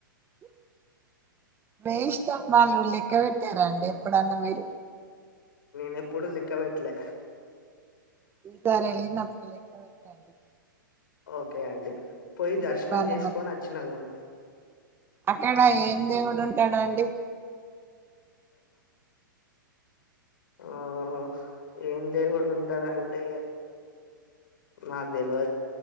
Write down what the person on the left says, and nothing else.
నేనెప్పుడు లెక్క పెట్లే
ఓకే అండి పోయి
దర్శనం
చేసుకొని వచ్చినా కని
ఒ ఏం దేవుడు ఉంటడంటే నాకు తెలివద్